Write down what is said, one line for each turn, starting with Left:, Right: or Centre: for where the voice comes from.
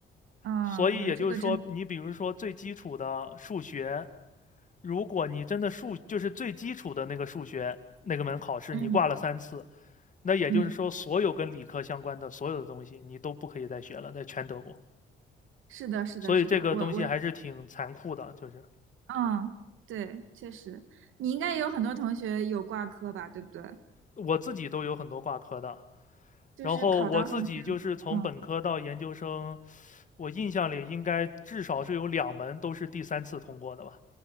Right: 嗯，
Left: 所以也就是说，
Right: 这个真的
Left: 你比如说最基础的数学，如果你真的数就是最基础的那个数学那个门考试，
Right: 嗯
Left: 你挂了三次，那也就是说，
Right: 嗯。
Left: 所有跟理科相关的所有的东西你都不可以再学了，在全德国。
Right: 是的，是的，
Left: 所以这个东西还是挺残酷的，
Right: 是的，我我，
Left: 就是
Right: 嗯，对，确实，你应该也有很多同学有挂科吧，对不对？
Left: 我自己都有很多挂科的，
Right: 就是考到很，
Left: 然后我自己就是从本科到研究生，
Right: 嗯，
Left: 我印象里应该至少是有两门都是第三次通过的吧？